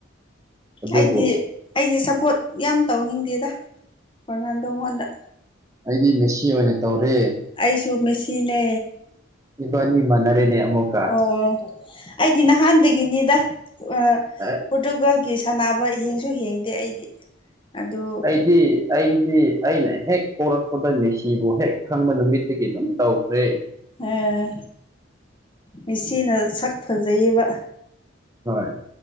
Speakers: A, on the right; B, on the left.
A: ꯑꯗꯨꯕꯨ
B: ꯑꯩꯗꯤ ꯑꯩꯗꯤ ꯁꯞꯄꯣꯔꯠ ꯌꯥꯝ ꯇꯧꯅꯤꯡꯗꯦꯗ ꯔꯣꯅꯥꯟꯗꯣꯉꯣꯟꯗ
A: ꯑꯩꯗꯤ ꯃꯦꯁꯤ ꯑꯣꯏꯅ ꯇꯧꯔꯦ
B: ꯑꯩꯁꯨ ꯃꯦꯁꯤꯅꯦ
A: ꯏꯕꯥꯅꯤ ꯃꯥꯟꯅꯔꯦꯅꯦ ꯑꯃꯨꯛꯀ
B: ꯑꯣ ꯑꯩꯗꯤ ꯅꯍꯥꯟꯗꯒꯤꯅꯤꯗ ꯑ
A: ꯑ
B: ꯄꯣꯔꯇꯨꯒꯜꯒꯤ ꯁꯥꯟꯅꯕ ꯍꯦꯡꯁꯨ ꯍꯦꯡꯗꯦ ꯑꯩꯗꯤ ꯑꯗꯨ
A: ꯑꯩꯗꯤ -ꯑꯩꯗꯤ ꯑꯩꯅ ꯍꯦꯛ ꯄꯣꯔꯛꯄꯗꯩ ꯃꯦꯁꯤꯕꯨ ꯍꯦꯛ ꯈꯪꯕ ꯅꯨꯃꯤꯠꯇꯒꯤ ꯑꯗꯨꯝ ꯇꯧꯈ꯭ꯔꯦ꯫
B: ꯑꯣ ꯃꯤꯁꯤꯅ ꯁꯛ ꯐꯖꯩꯌꯦꯕ
A: ꯍꯣꯏ